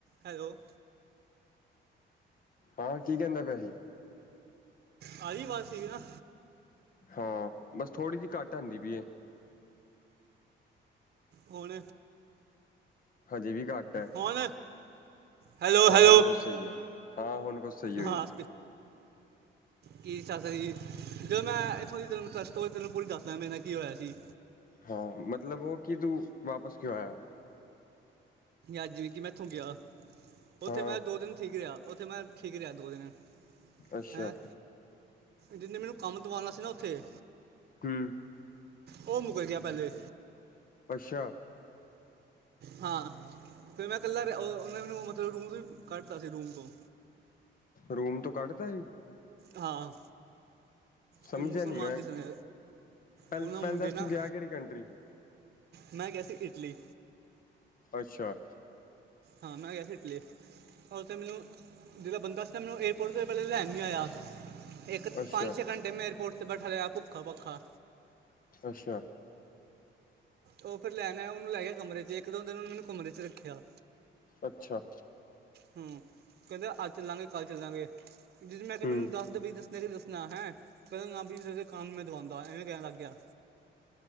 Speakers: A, on the right (about 55°); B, on the left (about 45°).
A: ਹੈਲੋ।
B: ਹਾਂ ਕੀ ਕਹਿੰਦਾ ਪਿਆ ਸੀ
A: ਆਹੀ ਅਵਾਜ਼ ਸੀਗੀ ਨਾ
B: ਹਾਂ ਬਸ ਥੋੜ੍ਹੀ ਜਿਹੀ ਘੱਟ ਆਉਂਦੀ ਪਈ
A: ਹੂਣ
B: ਹਜੇ ਵੀ ਘੱਟ ਹੈ।
A: ਹੁਣ ਹੈਲੋ
B: ਹਾਂ
A: ਹੈਲੋ
B: ਹੁਣ ਕੁਛ ਸਹੀ ਹੈ ਹਾਂ ਹੁਣ ਕੁਛ ਸਹੀ ਹੋਈ।
A: ਹਾਂ ਕੀ ਸ਼ੱਸ ਜੀ ਜਦੋਂ ਮੈਂ ਇੱਥੋਂ ਦੀ ਤੈਨੂੰ ਟਰੱਸਟ ਹੋ ਤੈਨੂੰ ਪੂਰੀ ਦੱਸਦ ਮੇਰੇ ਨਾਲ ਕੀ ਹੋਇਆ ਸੀ
B: ਹਾਂ ਮਤਲਬ ਉਹ ਕਿ ਤੂੰ ਵਾਪਸ ਕਿਉਂ ਆਇਆ
A: ਅੱਜ ਵੀ ਮੈਂ ਇੱਥੋਂ ਗਿਆ ਉੱਥੇ
B: ਹਾਂ
A: ਮੈਂ ਦੋ ਦੀਨ ਠੀਕ ਰਿਹਾ ਉੱਥੇ ਮੈਂ ਠੀਕ ਰਿਹਾ ਦੋ ਦਿਨ
B: ਅੱਛਾ
A: ਹੈਂ। ਜਿਨੇ ਮੈਨੂੰ ਕੰਮ ਦਵਾਉਣਾ ਸੀ ਨਾ ਉੱਥੇ।
B: ਹਮ।
A: ਉਹ ਮੁਕਰ ਗਿਆ ਪਹਿਲੇ
B: ਅਛਾ।
A: ਹਾਂ ਫਿਰ ਮੈਂ ਇਕੱਲਾ ਰਯਾ ਉਹਨੇ ਮੈਨੁ ਮਤਲਬ ਰੂਮ ਤੋਂ ਵੀ ਕੱਢਤਾ ਸੀ ਰੂਮ ਤੋਂ।
B: ਰੂਮ ਤੋਂ ਕੱਢਦਾ ਸੀ?
A: ਹਾਂ।
B: ਸਮਝਿਆ
A: ਉਹ ਮੁਸਲਮਾਨ
B: ਨੀ ਮੈਂ
A: ਦੇ ਸਨ
B: ਪਹਿ
A: ਉਹਨਾਂ
B: ਪਹਿਲੇ
A: ਮੁੰਡੇ
B: ਦਸ
A: ਨਾ
B: ਤੂੰ ਗਿਆ ਕੇੜੀ ਕੰਟਰੀ ਸੀ?
A: ਮੈਂ ਗਯਾ ਸੀ ਇਟਲੀ।
B: ਅੱਛਾ।
A: ਹਾਂ ਮੈਂ ਗਿਆ ਸੀ ਇਟਲੀ। ਰ ਉਥੇ ਮੈਨੂੰ ਜੇੜਾ ਬੰਦਾ ਸੀ ਨਾ ਮੈਨੂੰ ਏਅਰਪੋਰਟ ਤੇ ਪਹਿਲੇ ਲੈਣ ਨੀ ਆਯਾ। ਇੱਕ
B: ਅੱਛਾ
A: ਪੰਜ ਸ਼ੇ ਘੰਟੇ ਮੈਂ ਏਰਪੋਰਟ ਤੇ ਬੈਠਾ ਲਿਆ ਭੁੱਖਾ ਭੱਖਾ।
B: ਅੱਛਾ।
A: ਉਹ ਫੇਰ ਲੈਣ ਆਯਾ ਉਹਨੂੰ ਲੈ ਗਿਆ ਕਮਰੇ ਚ ਇੱਕ ਦੋ ਦਿਨ ਉਹਨੇ ਮੈਨੂੰ ਕਮਰੇ ਚ ਰੱਖਿਆ।
B: ਅੱਛਾ।
A: ਹਮ ਕਹਿੰਦੇ ਅੱਜ ਚੱਲਾਂਗੇ ਕੱਲ ਚੱਲਾਂਗੇ ਮੈਂ ਕਿਹਾ
B: ਹੂੰ
A: ਮੈਨੂੰ ਦੱਸ ਦੇ ਬਈ <unintelligible> ਦੱਸਣਾ ਹੈਂ ਕਹਿੰਦਾ ਅਪਣੀ ਤਰਫ਼ ਸੇ ਕੰਮ ਮੈਂ ਦਵਾਉਂਗਾ ਐਵੇਂ ਕਹਿਣ ਲੱਗ ਗਿਆ।